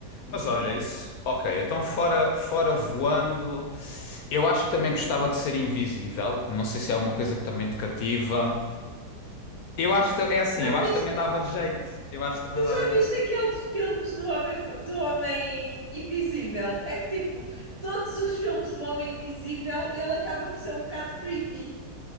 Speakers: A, on the left; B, on the right.
A: Mas olha, isso, ok, então fora, fora voando, eu acho que também gostava de ser invisível, não sei se é uma coisa que também te cativa. Eu acho que ta- é assim,
B: Já
A: eu acho
B: viste,
A: que também dava jeito, eu acho que também
B: tu
A: dava
B: já
A: jeito.
B: viste aqueles filmes do Homem, do Homem Invisível? É que, tipo, todos os filmes do Homem Invisível ele acaba por ser um bocado creepy.